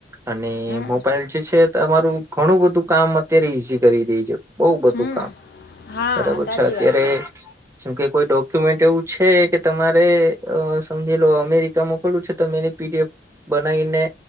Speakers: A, on the right; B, on the left.
A: અને
B: હમ
A: મોબાઈલ જે છે તમારું ઘણું બધું કામ અત્યારે ઈઝી કરી દેજ બહ બધું
B: હમ
A: કામ
B: હા
A: બરાબર
B: સાચી
A: છે અત્યારે
B: વાત છે
A: જેમ કે કોઈ ડોક્યુમેન્ટ એવું છે કે તમારે અ સમજી લો અમેરિકા મોકલવું છે તમે એ પીડીએફ બનાઈને